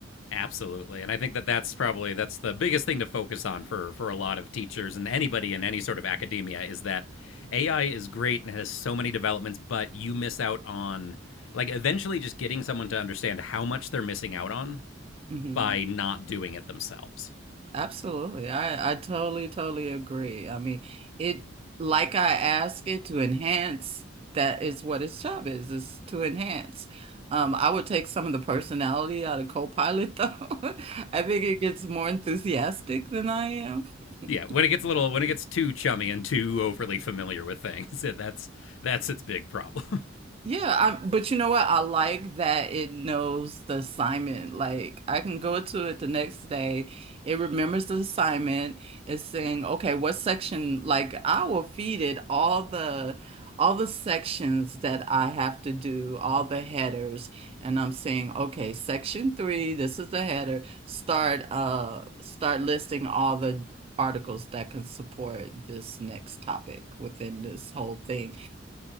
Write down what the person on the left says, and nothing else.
Absolutely, and I think that that's probably that's the biggest thing to focus on for for a lot of teachers and anybody in any sort of academia is that AI is great and has so many developments, but you miss out on like eventually just getting someone to understand how much they're missing out on
by not doing it themselves.
Yeah, when it gets a little when it gets too chummy and too overly familiar with things, <laughs> that's that's its big problem.